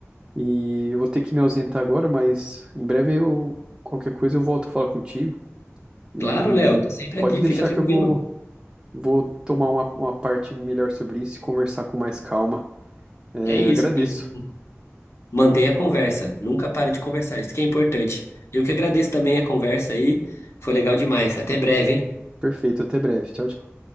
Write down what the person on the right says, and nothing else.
E eu vou ter que me ausentar agora, mas em breve eu, qualquer coisa eu volto a falar contigo. E
pode
deixar
que eu vou, vou tomar uma, uma parte melhor sobre isso e conversar com mais calma. É,
agradeço.
Perfeito, até breve. Tchau, tchau.